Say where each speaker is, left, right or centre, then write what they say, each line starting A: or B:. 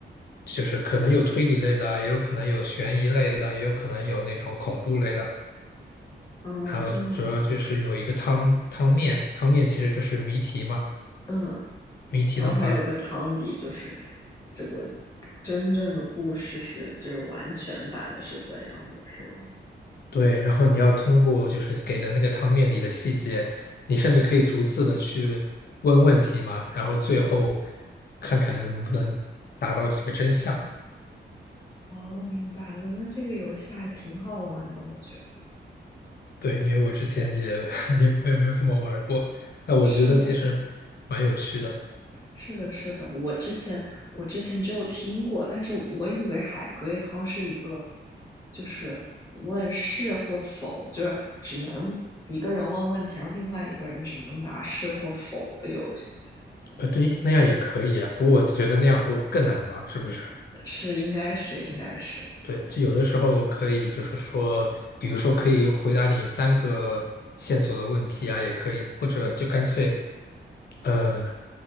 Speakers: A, on the left (about 55°); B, on the left (about 20°).
A: 就是可能有推理类的，也有可能有悬疑类的，也有可能有那种恐怖类的。
B: 啊，
A: 然后主要就是有一个汤汤面，
B: 这样子，
A: 汤面其实就是谜题嘛。
B: 嗯。
A: 谜题的话，
B: 然后还有个汤底，就是这个真正的故事是就是完全版的是怎样的，是吗？
A: 对，然后你要通过就是给的那个汤面里的细节，你甚至可以逐字的去问问题嘛，然后最后看看能不能达到这个真相。
B: 哦，明白了。那这个游戏还挺好玩的，我觉得
A: 对，因为我之前也 <laughs> 也我也没有怎么玩儿过，那我觉得其实蛮有趣的。
B: 是我是的，是的。我之前我之前只有听过，但是我以为海龟汤是一个，就是问是或否，就是只能一个人问问题，然后另外一个人只能答是或否的游戏。
A: 呃，对，那样也可以啊，不过我觉得那样会更难吧，是不是？
B: 是，应该是，应该是。
A: 对，就有的时候可以，就是说，比如说可以回答你三个线索的问题啊，也可以，或者就干脆呃，